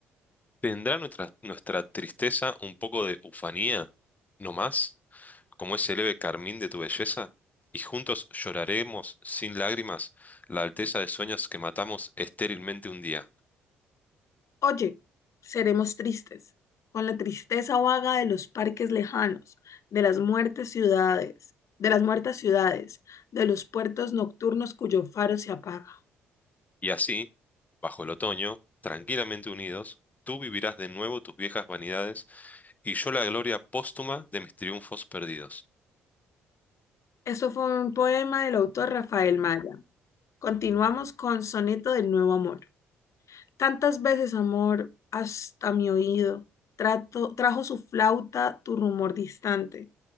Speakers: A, on the left (about 25°); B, on the left (about 50°).
A: ¿Tendrá nuestra, nuestra tristeza un poco de ufanía, no más, como ese leve carmín de tu belleza? Y juntos lloraremos sin lágrimas la alteza de sueños que matamos estérilmente un día.
B: Oye, seremos tristes, con la tristeza vaga de los parques lejanos, de las muertes ciudades, de las muertas ciudades, de los puertos nocturnos cuyo faro se apaga.
A: Y así, bajo el otoño, tranquilamente unidos, tú vivirás de nuevo tus viejas vanidades y yo la gloria póstuma de mis triunfos perdidos.
B: Esto fue un poema del autor Rafael Maya. Continuamos con Soneto del Nuevo Amor. Tantas veces, amor, hasta mi oído, trato, trajo su flauta tu rumor distante,